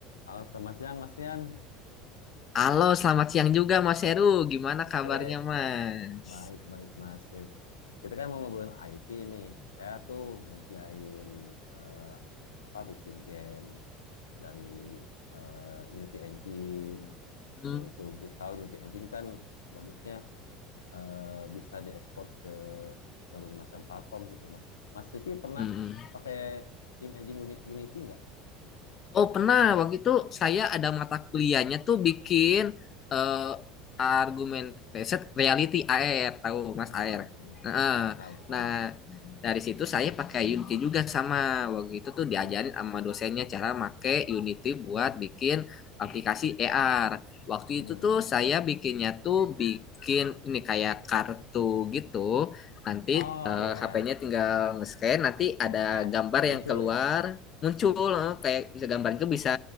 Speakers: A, on the left; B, on the left.
A: Halo, selamat siang Mas Rian.
B: Halo, selamat siang juga Mas Heru. Gimana
A: Oke,
B: kabarnya, Mas?
A: baik baik Mas. Ya, Kita kan mau ngobrolin IT nih. Saya tuh ngerjain eh, apa bikin game dari eh, Unity Engine.
B: Hmm.
A: Mau itu kalau Unity Engine kan bagusnya eh, bisa diekspor ke berbagai macam platform gitu, Mas. Mas Rizky pernah
B: Hmm.
A: pakai game engine Uni- Unity nggak?
B: Oh pernah waktu itu saya
A: Hmm,
B: ada mata kuliahnya tuh bikin eh, argumen riset reality AR tahu
A: hmm,
B: Mas AR.
A: hmm, hmm.
B: Nah, eh,
A: Ya, tahu, tahu.
B: nah dari situ saya pakai Unity juga sama waktu itu tuh
A: Hmm,
B: diajarin sama dosennya cara make Unity buat bikin aplikasi AR. Waktu
A: hmm.
B: itu tuh saya bikinnya tuh bikin ini kayak kartu gitu. Nanti
A: Oh
B: eh,
A: ya,
B: HP-nya tinggal nge-scan, nanti
A: Yes
B: ada
A: kan?
B: gambar
A: Muncul
B: yang keluar
A: ya?
B: muncul
A: Mm-mm.
B: eh, kayak bisa gambar
A: Mm.
B: itu bisa